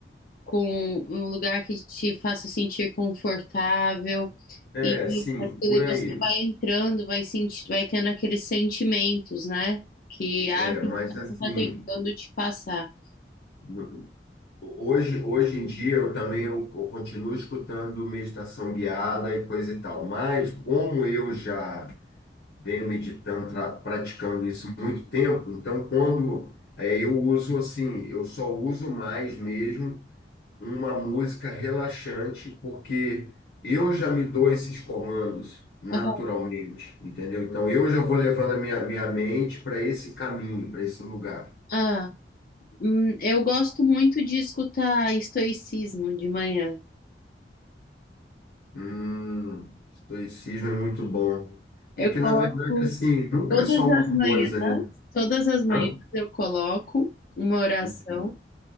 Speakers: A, on the left; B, on the left.
A: com um lugar que te faça sentir confortável
B: é,
A: e
B: sim,
A: aquele
B: por aí,
A: você vai entrando, vai sentir, vai tendo aqueles sentimentos, né? Que a
B: é,
A: pessoa
B: mas assim,
A: está tentando te passar.
B: no- hoje, hoje em dia eu também eu, eu continuo escutando meditação guiada e coisa e tal, mas como eu já venho meditando, tra- praticando isso há muito tempo. Então, quando é, eu uso assim, eu só uso mais mesmo uma música relaxante, porque eu já me dou esses comandos naturalmente,
A: Aham.
B: entendeu? Então, eu já vou levando a minha, minha mente para esse caminho, para esse lugar.
A: Ah. Hum, eu gosto muito de escutar estoicismo de manhã.
B: Hum, estoicismo é muito bom.
A: Eu
B: É que,
A: coloco
B: na verdade, assim, nunca
A: todas
B: é só uma
A: as manhãs,
B: coisa, né?
A: todas as manhãs
B: Hã?
A: eu coloco uma oração
B: Uhum,